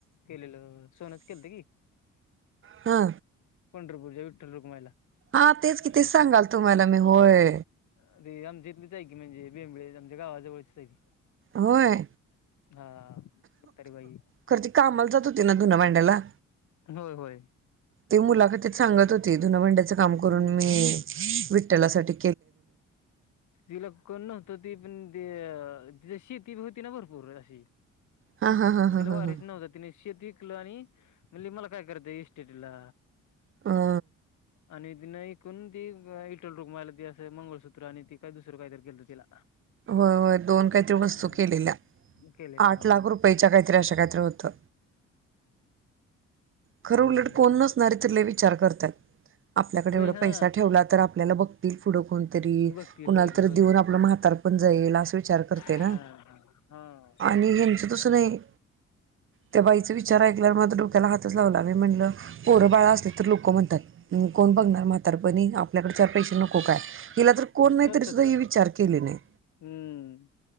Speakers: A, on the left; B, on the right.
A: केलेलं. सोनच केलंत की.
B: हा.
A: पंढरपुरच्या विठ्ठलरुकमाईला
B: हा तेच कि, तेच सांगाल तुम्हाला मि होय.
A: अरे आमच्या इथलीच हाय की, म्हंजे बेंबळी आमच्या गावाजवळचीच हाय की
B: होय.
A: हा म्हातारी बाई
B: खर ती कामाला जात होती. ती न धून भांड्याला.
A: होय होय.
B: ते मुलाखतीत सांगत होत. धून भांड्याचं काम
A: हम्म
B: करून मी विट ट्ठलासाठी
A: तिला कोण न त ती पण ते अ शेती होती ना, भरपूर अशी.
B: हा हा हा हा
A: आणि तिला
B: हा
A: वारिस
B: हा
A: नव्हत. तिने शेत ईकलं आणि म्हणली मला काय करायचे इस्टेटिला?
B: अ
A: आणि तीनं ईकून ते इटल रुकमाईला ते अस ते मंगळसूत्र आणि ती काही दुसरं काहीतरी केलं तिला.
B: होय होय, दोन काहीतरी
A: हम्म
B: वस्तू केलेल्या,
A: केलेत
B: आठ
A: हा
B: लाख रुपयाच्या काहीतरी अशा काहीतरी होतं. खरं
A: हम्म
B: उलट कोण नसणार तर लय वि चार करतात. आपल्याकडे
A: व्हय
B: एवढा
A: हा
B: पैसा ठेवला तर आप आपल्याला बघतील. पुढं कोणतरी
A: बघतील
B: कुणाला
A: होय की
B: तरी
A: होय
B: देऊन
A: की
B: आपलं म्हातार या येईल असं विचार करते
A: हा
B: ना,
A: हा हा
B: आणि ह्यांचं तसं नाही त्या बाईचं वि चार ऐकल्यावर माझ्या डोक्याला हातच लावला, मी म्हटलं पोरं बाळा असले तर लोकं म्हणतात, कोण बघणार म्हातारपणी आपल्याकडे चार पैसे न को काय, हिला तर कोण नाही
A: स्वतःच
B: तरी सुद्धा ही विचार केले नाही.
A: हम्म,